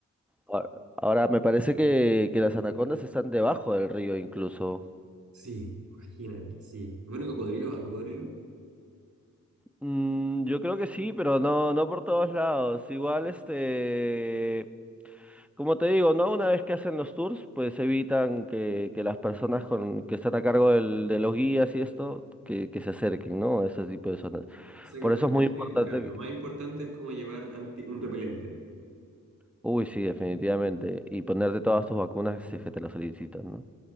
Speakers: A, in the centre; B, on the right.
A: Ahora, ahora, me parece que, que las anacondas están debajo del río incluso.
B: sí, imagínate, sí. Bueno, cocodrilo, ¿al cocodrilo?
A: Mm, yo creo que sí, pero no, no por todos lados. Igual, este, como te digo, ¿no? Una vez que hacen los tours, pues evitan que, que las personas
B: Pero,
A: con, que están a cargo del- de los guías y esto, que, que se acerquen, ¿no? A ese tipo de zonas.
B: O sea
A: Por
B: que para
A: eso
B: el
A: es
B: viaje,
A: muy importante
B: claro, lo
A: que-
B: más importante es como llevar anti- un repelente.
A: Uy, sí, definitivamente. Y ponerte todas tus vacunas si es que te las solicitan, ¿no?